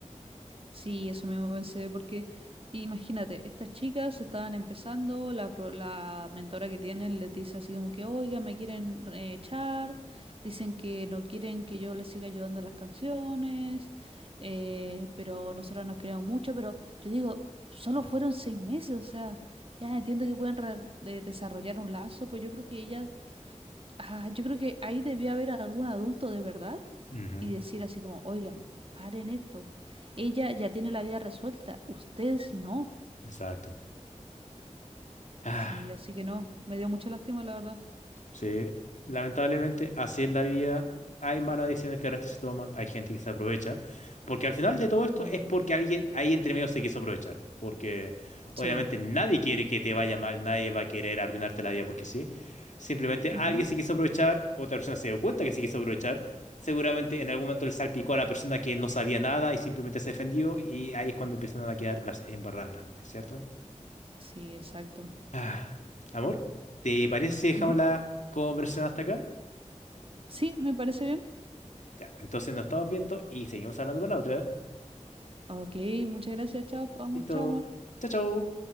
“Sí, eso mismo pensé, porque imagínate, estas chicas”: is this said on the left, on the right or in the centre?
Right